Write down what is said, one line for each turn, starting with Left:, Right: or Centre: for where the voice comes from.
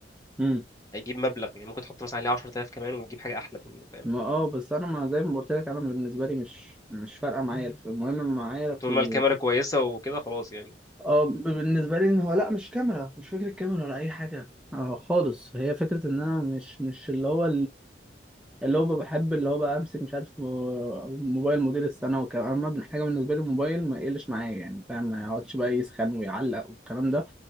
Centre: مم.
Left: هيجيب مبلغ يعني ممكن تحط مثلا عليه 10000 كمان وتجيب حاجة أحلى منه فاهم
Centre: ما اه بس انا ما زي ما قلت لك انا بالنسبه لي مش مش فارقه معايا الف- المهم معايا في
Left: طول ما الكاميرا كويسة وكده خلاص يعني
Centre: اه بالنسبه لي ان هو لا مش كاميرا مش فكره كاميرا ولا اي حاجه اه خالص هي فكره ان انا مش مش اللي هو اللي هو بحب اللي هو بقى امسك مش عارف موبايل موديل السنه وكلام اما ابن حاجه بالنسبه لي الموبايل ما يقلش معايا يعني فاهم ما يقعدش بقى يسخن ويعلق والكلام ده